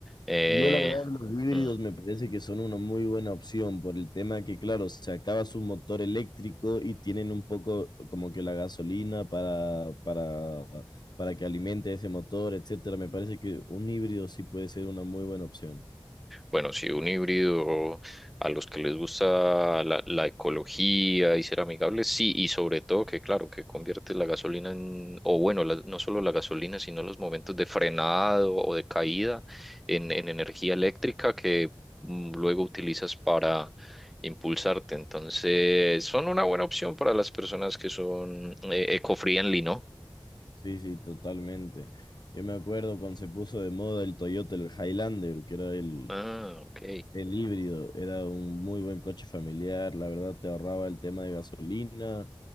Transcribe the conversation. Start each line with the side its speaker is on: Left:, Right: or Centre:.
Centre: Eh,
Left: Yo la verdad los híbridos
Centre: mm.
Left: me parece que son una muy buena opción por el tema que, claro, se acaba su motor eléctrico y tienen un poco como que la gasolina para, para, para que alimente ese motor, etcétera. Me parece que un híbrido sí puede ser una muy buena opción.
Centre: Bueno, sí, un híbrido a los que les gusta la, la ecología y ser amigables, sí, y sobre todo que, claro, que convierte la gasolina en, o bueno, la- no solo la gasolina, sino los momentos de frenado o de caída en, en energía eléctrica que mm, luego utilizas para impulsarte. Entonces, son una buena opción para las personas que son eh, eco-friendly, ¿no?
Left: Sí, sí, totalmente. Yo me acuerdo cuando se puso de moda el Toyota, el Highlander, que era el,
Centre: Ah, ok.
Left: el híbrido, era un muy buen coche familiar, la verdad te ahorraba el tema de gasolina